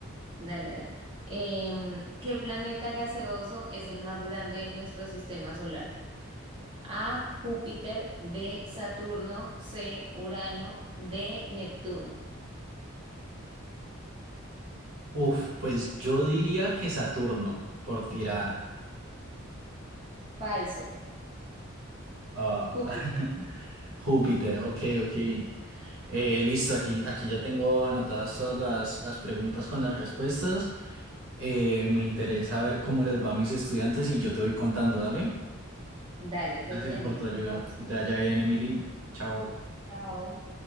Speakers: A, on the right; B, on the right.
A: Dale, dale. Em, ¿qué planeta gaseoso es el más grande de nuestro sistema solar? A, Júpiter, B, Saturno, C, Urano, D, Neptuno.
B: Uf, pues yo diría que Saturno, por tirar.
A: Falso.
B: Ah,
A: Júpiter.
B: <laughs> Júpiter, ok, ok. Eh, listo, aquí, aquí ya tengo anotadas todas las, las preguntas con las respuestas. Eh, me interesa ver cómo les va a mis estudiantes y yo te voy contando, dale.
A: Dale, quedo
B: Gracias
A: pendiente
B: por tu ayuda.
A: entonces.
B: Que te vaya bien, Emily. Chao.
A: Chao.